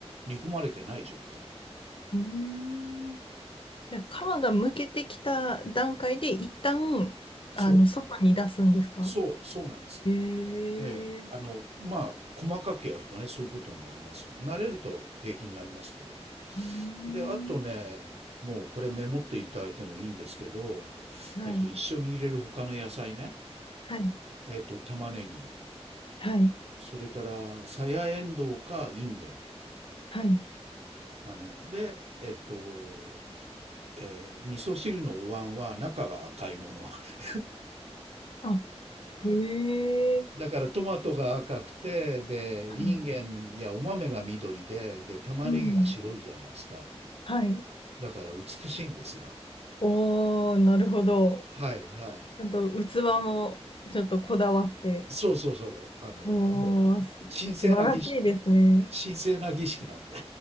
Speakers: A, on the right (about 70°); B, on the left (about 50°).
A: 煮込まれてない状態。
B: うーん。じゃあ皮がむけてきた段階で一旦、あの、
A: そう、
B: 外に出すんですか
A: そう、そうなんです。
B: へえー。
A: ええ、あの、まあ、細かくやるとね、そういうことになります。慣れると平気になりますけど。
B: うー
A: で、あとね、
B: ん。
A: もうこれメモっていただいてもいいんですけど、
B: はい、
A: えっと、一緒に入れる他の野菜ね、
B: はい、
A: えっと、玉ねぎ、
B: はい、
A: それから、さやえんどうかいんげん。
B: はい、
A: あの、で、えっと、えー味噌汁のお椀は中が赤いもの。<laughs>
B: あ、へえ。
A: だからトマトが赤くて、で、
B: はい。
A: いんげんやお豆が緑で、で、玉ねぎが白いじゃないですか。
B: うん、はい。
A: だから美しいんですよ。
B: おー、なるほど。
A: はいはい。
B: ちゃんと器もちょっとこだわって、
A: そうそうそう。あの、もう、
B: もう、す素晴らしいですね。
A: 神聖な儀式、神聖な儀式なんで。